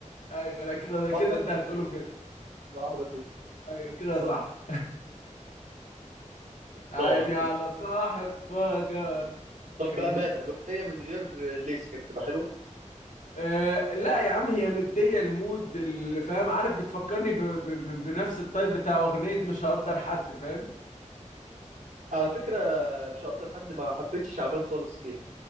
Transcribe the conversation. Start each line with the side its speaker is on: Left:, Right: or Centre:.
Left: ايوه لا كده كده
Right: مع احمد
Left: انت
Right: مكي-
Left: هتقوله بجد
Right: مع احمد مكي
Left: ايوه كده
Right: صح
Left: صح <laughs> عيني
Right: طبعا
Left: على صاحب فجر
Right: طب
Left: كان
Right: بأمانة الأغنية من غير ليسي كانت هتبقى حلوة
Left: أه لا يا عم هي مدية المود اللي فاهم عارف بتفكرني ب... ب... ب... بنفس الطيب بتاع أغنية مش هقدر حد فاهم
Right: على فكرة مش هقدر حد ما حبيتش شعبان خالص فيها